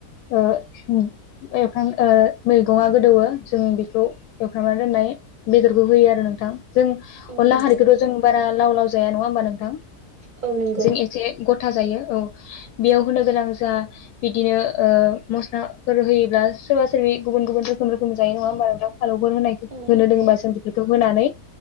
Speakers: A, on the left; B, on the right.
A: ओ उम एवफ्रां ओ मैगंआ गोदौवो जों बेखौ एवफ्रांना दोननाय बेदरखौ होयो आरो नोंथां जों
B: औ
A: अनला
B: नंगौ
A: खारिखौथ' जों बारा लाव लाव जाया नङा होनबा नों
B: औ नंगौ
A: जों एसे गथ थाजायो औ बेयाव होनो गोनां जा बिदिनो ओ मस्लाफोर होयोब्ला सोरबा सोरबि गुबुन गुबुन रोखोम रोखोम जायो नङा होमबा नोंथां फालौफोर होनाय
B: औ नंगौ
A: होनो दोङोबा जों बेफोरखौ होनानै